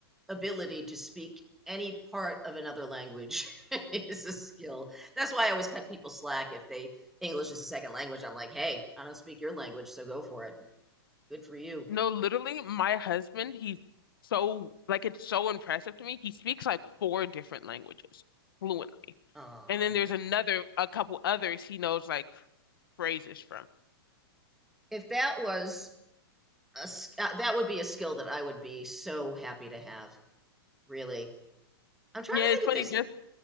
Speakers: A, in the centre; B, on the left.
A: ability to speak any part of another language <laughs> is a skill. That's why I always cut people slack if they English is a second language. I'm like, hey, I don't speak your language, so go for it. Good for you.
B: No, literally, my husband, he's so like it's so impressive to me. He speaks like four different languages fluently.
A: Uh,
B: And then there's another a couple others he knows like phrases from.
A: if that was a uh, that would be a skill that I would be so happy to have. Really, I'm trying
B: Yeah,
A: to think
B: it's funny
A: if there's.
B: just